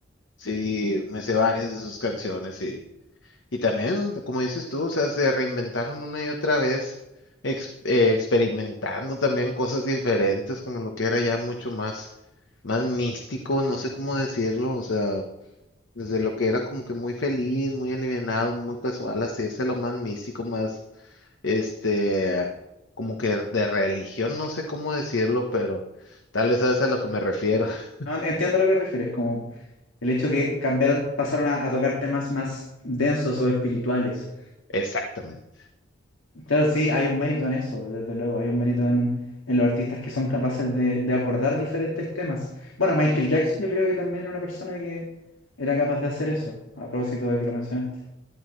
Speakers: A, on the left; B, on the left.
A: Sí, me sé varias de sus canciones Y también, como dices tú, o sea, se reinventaron una y otra vez, ex- eh, experimentando también cosas diferentes, como lo que era ya mucho más, más místico, no sé cómo decirlo, o sea, desde lo que era como que muy feliz, muy alivianado, muy casual, hacerse a lo más místico, más, este, como que de religión, no sé cómo decirlo, pero tal vez sabes a lo que me refiero. <laughs>
B: No, entiendo a lo que refieres, como El hecho que cambiaron, pasaron a, a tocar temas más densos o espirituales.
A: Exactamente.
B: Claro, sí, hay un mérito en eso, desde luego. Hay un mérito en, en los artistas que son capaces de, de abordar diferentes temas. Bueno, Michael Jackson yo creo que también era una persona que era capaz de hacer eso, a propósito de que lo mencionaste.